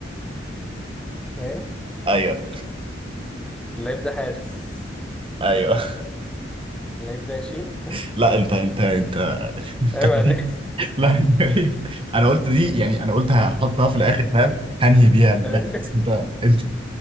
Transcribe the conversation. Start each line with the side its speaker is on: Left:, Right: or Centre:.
Centre: ايه
Right: ايوه
Centre: اللعيب ده حارس
Right: ايوه
Centre: اللعيب ده ياشين
Right: <laughs> لا انت انت انت <laughs> انت
Centre: ايوه
Right: غريب.
Centre: <laughs> عليك
Right: لا انت غريب انا قلت دي يعني انا قلت هحطها في الاخر فاهم هنهي بيها لا
Centre: أيوة.
Right: بس انت انت